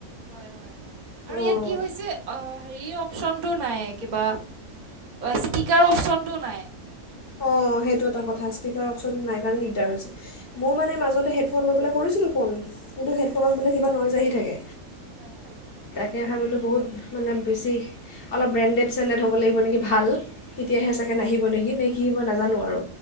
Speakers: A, on the right; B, on the left.
A: হয়-হয়-হয় আৰু
B: অঁ
A: ইয়াত কি হৈছে অঁ হেৰি অপচনটো নাই, কিবা স্পীকাৰৰ অপচনটো নাই।
B: অহ সেইটো এটা কথা স্পীকাৰ অপশচন নাই কাৰণে দিগদাৰ হৈছে। মই মানে মাজতে হেডফোন লৈ পেলাই কৰিছিলোঁ ফোন। কিন্তু হেডফোন বোলে কিবা নইচ আহি থাকে।
A: হয়-হয়
B: সেয়া ভাবিলোঁ বহুত মানে বেছি অলপ ব্ৰেণ্ডেড-চেণ্ডেড হ'ব লাগিব নেকি ভাল। তেতিয়াহে চাগে নাহিব নেকি? কি হ'ব মই নাজানো আৰু।